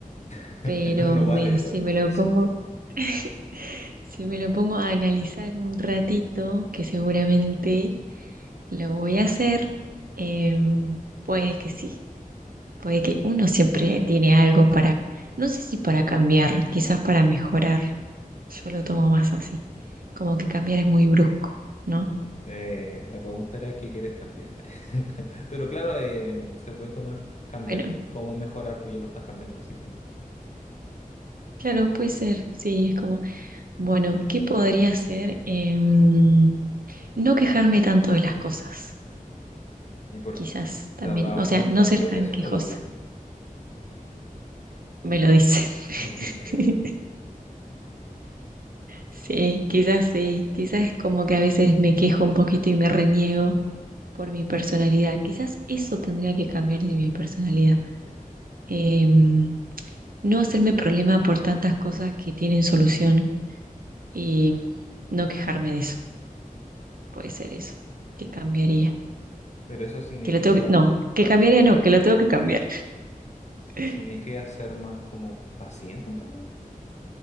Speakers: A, on the left; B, on the right.
A: <laughs>
B: pero
A: No, no
B: me-
A: vale eso,
B: si
A: no
B: me
A: vale
B: lo
A: eso.
B: pongo, <laughs> si me lo pongo a analizar un ratito, que seguramente lo voy a hacer, eh, puede que sí, puede que uno siempre tiene algo para, no sé si para cambiar, quizás para mejorar, yo lo tomo más así, como que cambiar es muy brusco, ¿no?
A: Eh, la pregunta era qué quieres cambiar. <laughs> Pero claro, em, se puede tomar cambiar,
B: Bueno.
A: cómo mejorar, pues ya lo estás cambiando, así que es
B: Claro, puede ser, sí, es como, bueno, ¿qué podría hacer? Em, no quejarme tanto de las cosas,
A: ¿Y por
B: quizás
A: qué?
B: también,
A: ¿Te has dado
B: o
A: cuenta
B: sea, no ser
A: tú
B: tan
A: de eso?
B: quejosa,
A: o Te lo dicen.
B: me lo dicen.
A: <laughs>
B: <laughs>
A: Te lo dicen a ella.
B: Sí, quizás sí, quizás es como que a veces me quejo un poquito y me reniego por mi personalidad, quizás eso tendría que cambiar de mi personalidad. Em, no hacerme problema por tantas cosas que tienen solución y no quejarme de eso. Puede ser eso. ¿Qué cambiaría?
A: Pero eso significa,
B: Que lo tengo que... No, que cambiaría no, que lo tengo que cambiar. <laughs>
A: significa ser más como paciente, entonces.